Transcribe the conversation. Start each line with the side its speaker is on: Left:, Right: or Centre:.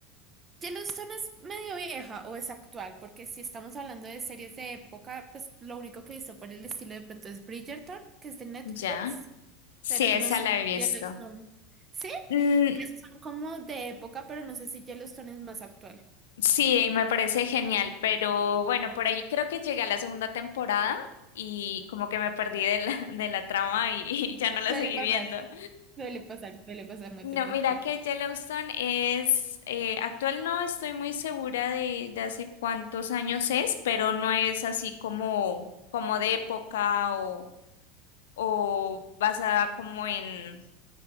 Right: Yellowstone es medio vieja o es actual, porque si estamos hablando de series de época, pues lo único que hizo por el estilo de pronto es Bridgerton, que es de Netflix,
Left: Ya. Sí,
Right: pero
Left: esa
Right: no sé
Left: la
Right: si
Left: he visto.
Right: Yellowstone. Sí,
Left: Mm,
Right: que esos son como de época, pero no sé si Yellowstone es más actual.
Left: sí, me parece genial, pero bueno, por ahí creo que llegué a la segunda temporada y como que me perdí de la, de la trama y, <laughs> y ya no la
Right: Suele
Left: seguí
Right: pasar,
Left: viendo.
Right: suele pasar, suele pasar, no
Left: No,
Right: te preocupes.
Left: mira que Yellowstone es, eh, actual no estoy muy segura de, de hace cuántos años es, pero no es así como, como de época o, o basada como en,